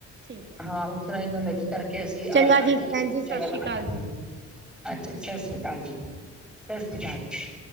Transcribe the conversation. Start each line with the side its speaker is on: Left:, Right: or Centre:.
Right: ਠੀਕ ਹੈ
Centre: ਹਾਂ ਉਸ ਤਰ੍ਹਾਂ ਹੀ ਮਤਲਬ ਕੀ ਕਰਕੇ ਅਸੀਂ ਆ
Right: ਚੰਗਾ
Centre: ਜਾਵਾਂਗੇ
Right: ਜੀ ਭੈਣ ਜੀ ਸਤਿ
Centre: ਤੇ
Right: ਸ਼੍ਰੀ
Centre: ਆ
Right: ਅਕਾਲ
Centre: ਜਾਂਗੇ
Right: ਜੀ
Centre: ਅੱਛਾ ਸਤਿ ਸ਼੍ਰੀ ਅਕਾਲ ਜੀ ਸਤਿ ਸ੍ਰੀ ਅਕਾਲ ਜੀ।